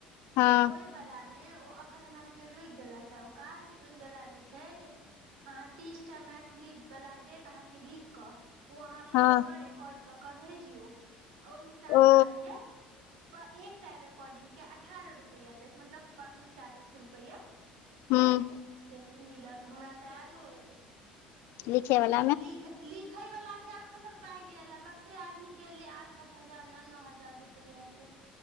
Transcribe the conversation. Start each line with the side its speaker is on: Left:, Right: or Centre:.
Left: हँ
Right: ओहि वलामे ओ एखन हमरा सभके रुोकि देलक हे ओ काज ओहि वलामे छै जे अहाँ तीस टा मैथिली वला देत अहाँके लिख कऽ ओ अहाँ पढ़ि
Left: हँ
Right: कऽ रिकॉड कऽ क भेजयो ओय हिसाब
Left: ओ
Right: सऽ आहाँके प ऐकटा रिकॉर्डिंग के अठारह रुपैआ देत मतलब पाँच सो चालीस रुपआ
Left: हूँ
Right: से मिलत हमरा तऽ एयलो अछि
Left: लिखेवला
Right: लिखे लिखे वाला के अखन तक पाय नै एले कते आदमी के एले आठ आठ हजार नओ नओ हजार रुपआ एले